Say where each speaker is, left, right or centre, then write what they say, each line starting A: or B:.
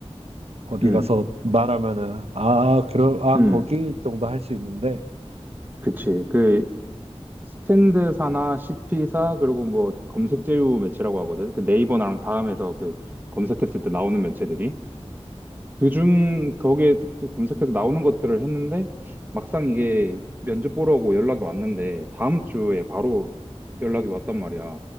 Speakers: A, on the right; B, on the right.
A: 어디
B: 음,
A: 가서 말하면은, 아, 그럼, 아,
B: 음,
A: 거기 정도 할 수 있는데,
B: 그치. 그 스탠드사나 CP사 그리고 뭐 검색 제휴 매체라고 하거든. 그 네이버랑 다음에서 그 검색했을 때 나오는 매체들이. 그중 거기에 검색해서 나오는 것들을 했는데 막상 이게 면접 보러 오고 연락이 왔는데 다음 주에 바로 연락이 왔단 말이야.